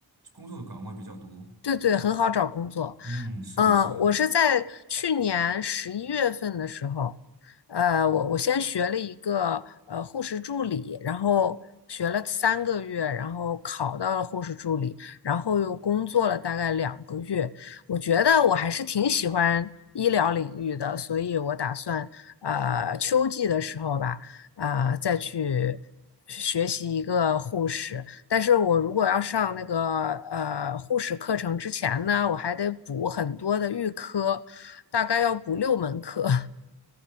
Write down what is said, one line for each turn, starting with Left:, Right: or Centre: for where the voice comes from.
Right: 工作岗位比较多。
Left: 对对，很好找工作。
Right: 嗯，是的，
Left: 嗯，
Right: 是的。
Left: 我是在去年十一月份的时候，呃，我我先学了一个呃护士助理，然后学了三个月，然后考到了护士助理，然后又工作了大概两个月。我觉得我还是挺喜欢医疗领域的，所以我打算呃秋季的时候吧，啊、再去学习一个护士。但是我如果要上那个呃护士课程之前呢，我还得补很多的预科，大概要补六门课。